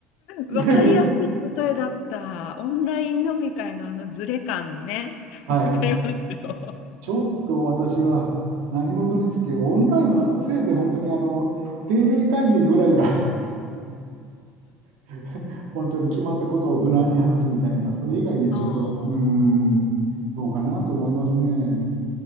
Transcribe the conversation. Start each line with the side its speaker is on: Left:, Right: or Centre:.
Right: <laughs>
Left: わかりやすい例えだった。オンライン飲み会のあのズレ感ね。
Right: はい。
Left: <laughs> わかりますよ。
Right: ちょっと私は何事につけ、オンラインはせいぜい本当にあの定例会議ぐらいが <laughs> 本当に決まったことを無難に話すみたいな、それ以外にはちょっと、
Left: ああ、
Right: うーん、どうかなと思いますね。